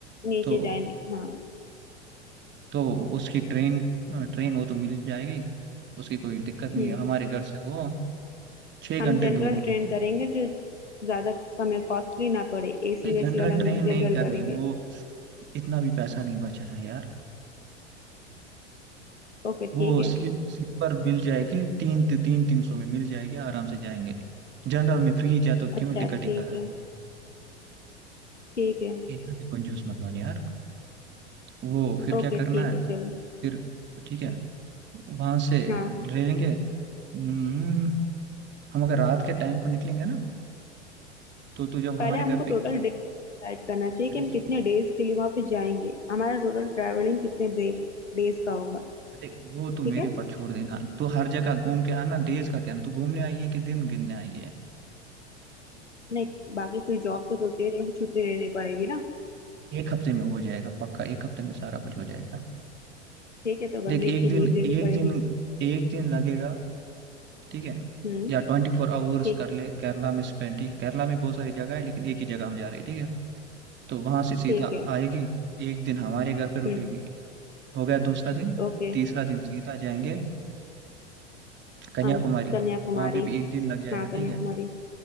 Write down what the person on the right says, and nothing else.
तो
तो उसकी ट्रेन अ, ट्रेन वो तो मिल जाएगी उसकी कोई दिक्कत नहीं
है हमारे घर से वो छः घंटे
दूर होगा
ठीक
है
नहीं जनरल
ट्रेन नहीं
करनी
वो इतना भी पैसा नहीं बचाना यार
वो
स्लीप स्लीपर मिल जाएगी तीन तीन तीन सौ में मिल जाएगी आराम से जाएंगे जनरल में फ्री जा तो क्यों
टिकट
ही करानी
इतना भी कंजूस मत बन यार वो फिर
क्या करना
है
फिर ठीक है वहां से
ले लेंगे हम्म, हम अगर रात के टाइम को निकलेंगे ना तो तू जब
हमारे
घर पे
अ,
अरे
सुन,
अरे वो तो मेरे
ऊपर छोड़ देना तू हर जगह घूम के आना डेज का क्या ना तू घूमने आई है कि दिन गिनने आई है
एक हफ्ते में हो जाएगा पक्का एक हफ्ते में सारा कुछ हो जाएगा
देख
एक
दिन
एक
दिन एक दिन लगेगा ठीक है
या ट्वेंटी फोर आवर्स
कर
ले केरला में स्पेंड ठीक है? केरला में बहुत सारी जगह है लेकिन एक ही जगह हम जा रहे हैं ठीक है तो वहां से सीधा
आएगी एक दिन हमारे घर पे रुकेगी
हो गया दूसरा दिन
तीसरा दिन सीधा जाएंगे कन्याकुमारी
वहां पे भी एक दिन लग जाएगा
ठीक है